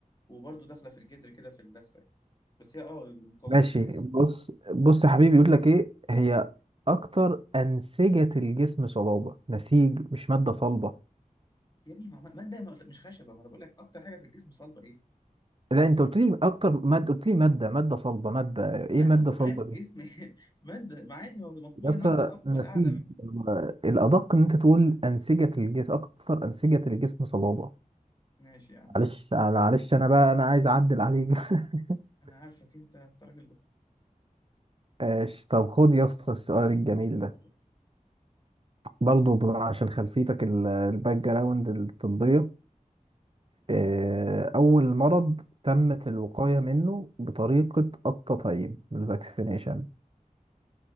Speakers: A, on the left; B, on the right.
A: وبرضو داخله في الجدر كده في اللثه يعني. بس هي اه مكونه
B: ماشي
A: في السن
B: بص بص يا حبيبي يقول لك ايه هي اكتر انسجه الجسم صلابه نسيج مش ماده صلبه
A: يا ابني ما ما- ماده ما قلت- مش خشبه ما انا بقول لك اكتر حاجه في الجسم صلبه ايه
B: لا انت قلت لي اكتر ماده قلت لي ماده ماده صلبه ماده ايه
A: ماده
B: ماده
A: طبيعيه
B: صلبه
A: في الجسم
B: دي
A: <laughs> ماده ما عادي ما مكتوبه
B: بس
A: هي الماده الاقوى
B: نسيج
A: القاعده
B: الأدق إن أنت تقول أنسجة الجسم أكتر أنسجة الجسم صلابة
A: ماشي يا عم
B: معلش
A: ماشي
B: على- معلش أنا بقى أنا عايز أعدل عليك <laughs>
A: انا عارفك انت أنت راجل
B: ماشي طب خد يا اسطى السؤال الجميل ده
A: دكتور
B: برضه ب- عشان خلفيتك ال- الباك جراوند الطبية آه، أول مرض تمت الوقاية منه بطريقة التطعيم الفاكسينيشن